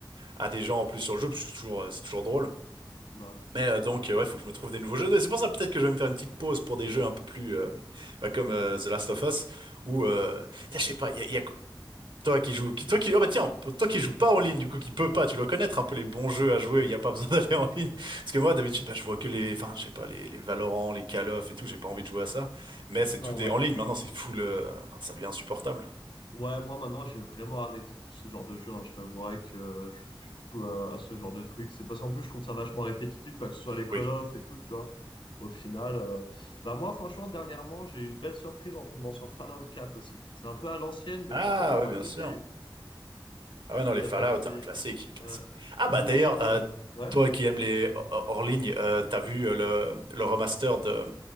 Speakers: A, on the right (about 65°); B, on the left (about 70°).
A: à des gens en plus sur le jeu, parce que c'est toujours, euh, c'est toujours drôle.
B: Ouais.
A: Mais euh, donc, euh, ouais, faut que je me trouve des nouveaux jeux. Et C'est pour ça peut-être que je vais me faire une petite pause pour des jeux un peu plus, euh, bah, comme euh, The Last of Us, ou, euh, putain, je sais pas, il y a, il y a- toi qui joue, qui, toi qui, ah bah tiens, pour toi qui joue pas en ligne, du coup qui peut pas, tu dois connaître un peu les bons jeux à jouer. Il y a pas besoin <laughs> d'aller en ligne. Parce que moi d'habitude, bah je vois que les, enfin je sais pas les, les Valorant, les Call of et tout. J'ai pas envie de jouer à ça. Mais c'est
B: Non,
A: tout des
B: ouais.
A: en ligne. Maintenant c'est full, euh, enfin, ça devient insupportable.
B: Ouais, moi maintenant j'ai vraiment arrêté tout ce genre de jeu. hein. Je t'avouerai que euh, je joue plus du tout à, à ce genre de truc. C'est parce qu'en plus je trouve ça vachement répétitif, tu vois, que ce soit les Call
A: Oui.
B: of et tout, tu vois. Au final, euh, bah moi franchement dernièrement j'ai eu une belle surprise en tombant sur Fallout 4 aussi. C'est un peu à l'ancienne, mais
A: Ah
B: franchement il a
A: ouais
B: pas
A: bien
B: trop
A: sûr.
B: vieilli.
A: Ah ouais non
B: Il
A: les Fallout,
B: a pas trouvé.
A: hein, classique, classique.
B: Ouais.
A: Ah
B: Monde
A: bah d'ailleurs,
B: ouvert.
A: euh,
B: Ouais.
A: toi qui aimes les hors hors ligne, euh, t'as vu euh, le, le remaster de,